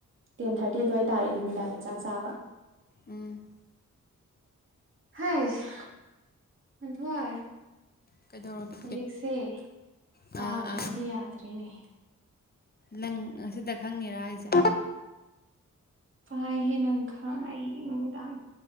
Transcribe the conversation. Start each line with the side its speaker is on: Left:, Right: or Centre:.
Right: ꯇꯦꯟ ꯊꯥꯔꯇꯤ ꯑꯗꯨꯋꯥꯏ ꯇꯥꯔꯦ ꯅꯨꯃꯤꯗꯥꯡꯒꯤ ꯆꯥꯛ ꯆꯥꯕ
Left: ꯎꯝ
Right: ꯍꯥꯏꯁ ꯉꯟꯊꯣꯏ
Left: ꯀꯩꯗꯧꯔꯒꯦ
Right: ꯂꯥꯏꯔꯤꯛꯁꯦ ꯄꯥꯗ꯭ꯔꯒꯗꯤ
Left: ꯑꯥ ꯑꯥ
Right: ꯌꯥꯗ꯭ꯔꯤꯅꯦ
Left: ꯅꯪ ꯉꯁꯤꯗ ꯈꯪꯉꯦꯔ ꯍꯥꯏꯁꯦ
Right: ꯄꯥꯏ ꯍꯦ ꯅ ꯈ ꯑꯩ ꯅꯨꯃꯤꯗꯥꯡ